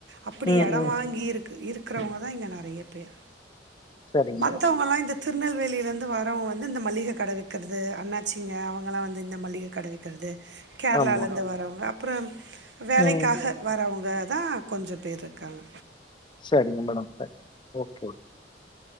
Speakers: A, on the right; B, on the left.
A: அப்டி
B: ம்
A: எடோ
B: ம்.
A: வாங்கி இருக் இருக்கிறவங்க தா இங்க நெறைய பேர்
B: சரிங்க
A: மத்தவங்கலா
B: மேடம்.
A: இந்த திருநெல்வேலியிலருந்து வாரவங்க வந்து இந்த மளிக கட வெக்கிறது அண்ணாச்சிங்க அவங்களலா வந்து இந்த மளிக கட வெக்கறது கேரளால
B: ஆமா.
A: இந்து வரவங்க அப்றம் வேலைக்காக
B: ம்.
A: வரவங்க தா கொஞ்ச பேரு இருக்காங்க
B: சரிங்க மேடம் சரி ஓகே ஓகே